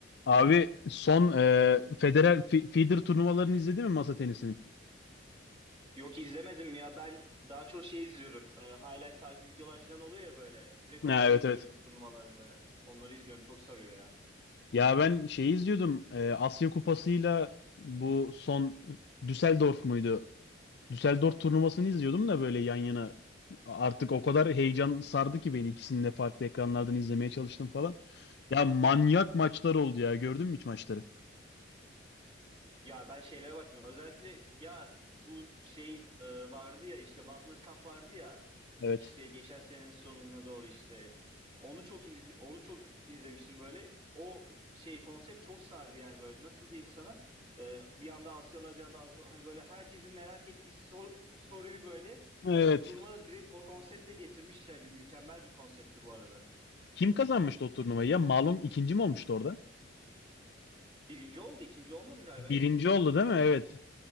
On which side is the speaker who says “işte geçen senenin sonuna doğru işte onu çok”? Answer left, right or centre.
Right